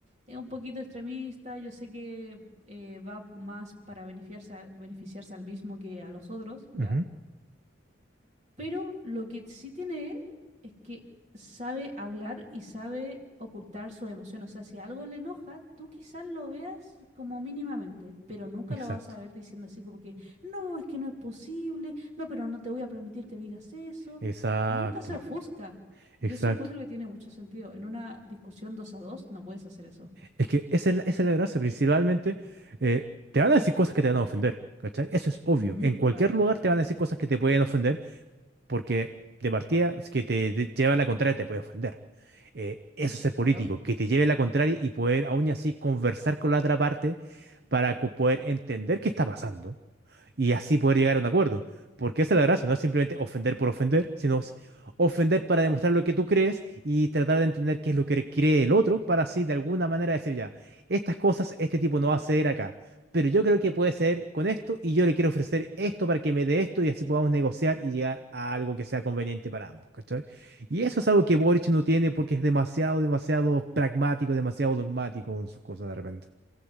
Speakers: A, on the right; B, on the right.
A: es un poquito extremista, yo sé que eh, va más para beneficiarse, a- beneficiarse al mismo que a los otros, ¿ya?
B: ujú.
A: Pero lo que sí tiene él es que sabe hablar y sabe ocultar su emoción. O sea, si algo le enoja, tú quizás lo veas como mínimamente, pero nunca
B: Exacto.
A: lo vas a ver diciendo así como que, no, es que no es posible, no, pero no te voy a permitir que digas eso.
B: Exacto.
A: Nunca se ofusca.
B: Exacto.
A: Y eso encuentro que tiene mucho sentido. En una discusión dos a dos no puedes hacer eso.
B: Es que esa es la, esa es la gracia. Principalmente, eh, te van a decir cosas que te van a ofender, ¿cachai? Eso es obvio.
A: Ujú,
B: En cualquier
A: claro,
B: lugar te van a decir cosas que te pueden ofender porque de partida, es que te, te lleva la contraria, te puede ofender. Eh, eso es ser
A: claro.
B: político, que te lleve la contraria y poder aún así conversar con la otra parte para co- poder entender qué está pasando y así poder llegar a un acuerdo. Porque esa es la gracia, no es simplemente ofender por ofender, sino s- ofender para demostrar lo que tú crees y tratar de entender qué es lo que cree el otro para así de alguna manera decir ya, estas cosas este tipo no va a ceder acá, pero yo creo que puede ceder con esto y yo le quiero ofrecer esto para que me dé esto y así podamos negociar y llegar a algo que sea conveniente para ambos, ¿cachai? Y eso es algo que Boric no tiene porque es demasiado, demasiado pragmático, demasiado dogmático con sus cosas de repente.